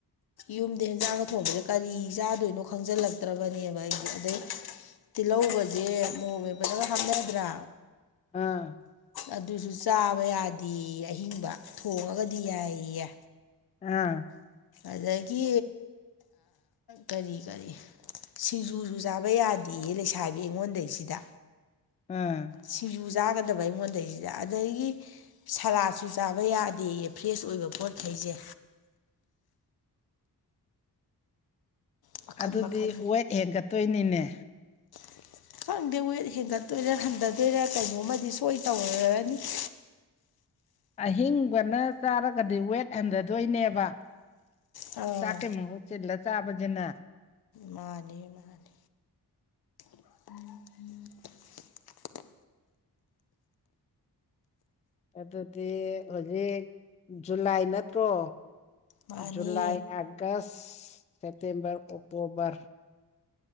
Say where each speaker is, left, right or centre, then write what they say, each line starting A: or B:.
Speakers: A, on the left; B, on the left.
A: ꯌꯨꯝꯗ ꯍꯦꯟꯖꯥꯡꯒ ꯊꯣꯡꯕꯁꯦ ꯀꯔꯤ ꯆꯥꯗꯣꯏꯅꯣ ꯈꯪꯖꯤꯜꯂꯛꯇ꯭ꯔꯕꯅꯦꯕ ꯑꯩ ꯑꯗꯩ ꯇꯤꯜꯍꯧꯧꯕꯁꯦ ꯃꯣꯡꯦ ꯐꯗꯒ ꯍꯥꯞꯅꯗ꯭ꯔꯥ
B: ꯑꯥ
A: ꯑꯗꯨꯁꯨ ꯆꯥꯕ ꯌꯥꯗꯦ ꯑꯍꯤꯡꯕ ꯊꯣꯡꯉꯒꯗꯤ ꯌꯥꯏꯌꯦ
B: ꯑꯥ
A: ꯑꯗꯒꯤ ꯀꯔꯤ ꯀꯔꯤ ꯁꯤꯡꯖꯨꯁꯨ ꯆꯥꯕ ꯌꯥꯗꯦꯌꯦ ꯂꯩꯁꯥꯕꯤ ꯑꯩꯉꯣꯟꯗꯩꯁꯤꯗ
B: ꯎꯝ
A: ꯁꯤꯡꯖꯨ ꯆꯥꯒꯗꯕ ꯑꯩꯉꯣꯟꯗꯩꯁꯤꯗ ꯑꯗꯒꯤ ꯁꯔꯥꯁꯨ ꯆꯥꯕ ꯌꯥꯗꯦ ꯐ꯭ꯔꯦꯁ ꯑꯣꯏꯕ ꯄꯣꯠꯩ ꯄꯖꯦ ꯃꯈꯟ
B: ꯑꯗꯨꯗꯤ
A: ꯃꯈꯟ
B: ꯋꯦꯠ ꯍꯦꯟꯒꯠꯇꯣꯏꯅꯤꯅꯦ
A: <unintelligible> ꯈꯪꯗꯦ ꯋꯦꯠ ꯍꯦꯟꯒꯠꯇꯣꯏꯔ ꯍꯟꯊꯗꯣꯏꯔꯥ ꯀꯩꯅꯣꯝꯃꯗꯤ ꯁꯣꯏ ꯇꯧꯔꯔꯅꯤ <unintelligible>
B: ꯑꯍꯤꯡꯕꯅ ꯆꯥꯔꯒꯗꯤ ꯋꯦꯠ ꯍꯟꯊꯗꯣꯏꯅꯦꯕ
A: ꯑꯥ
B: ꯆꯥꯛꯀꯦꯃ ꯍꯧꯁꯦꯂ ꯆꯕꯖꯅ
A: ꯃꯥꯅꯤ ꯃꯥꯅꯤ ꯎꯝ ꯎ
B: ꯑꯗꯨꯗꯤ ꯍꯧꯖꯤꯛ ꯖꯨꯂꯥꯏ ꯅꯠꯇ꯭ꯔꯣ
A: ꯃꯥꯅꯦ
B: ꯖꯂꯥꯏ ꯑꯒꯁ ꯁꯦꯞꯇꯦꯝꯝꯕꯔ ꯑꯣꯛꯇꯣꯕꯔ